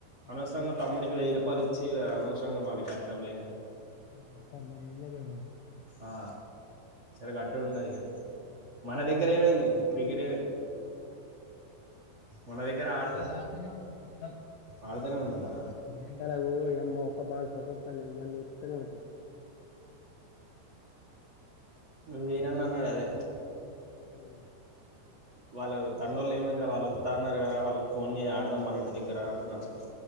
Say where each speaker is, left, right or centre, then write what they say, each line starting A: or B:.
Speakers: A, on the left; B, on the right.
A: అవునవును
B: అనవసరంగా తమ్ముడికి వెయ్యి రూపాయలు ఇచ్చి అనవసరంగా వాడికి కట్నం లే
A: ఆ సర్ మరి <unintelligible>
B: ఆ సరే కట్టుడు ఉండదు ఇక
A: ఆ,
B: మన దగ్గర ఏమైంది క్రికెట్ ఏమైంది మన దగ్గర ఆడుత
A: ఆడుతూనే ఉన్నారు పిల్లగాలు
B: ఆడుతనే ఉన్నారా
A: ఎండలకు ఎమ్మ ఆ ఒక్క బాలు కోసం పన్నెండు మంది ఉరుకుతూనే ఉంటారు
B: మీరన్న అన్నాడు అదే
A: మ్మ్
B: వాళ్ళ తండోళ్ళు ఏమైందిరా వాళ్ళు వత్త అన్నారు కదా వాళ్ళకి ఫోన్ జయ్ ఆడదాం మన ఇంటి దగ్గర అన్నారు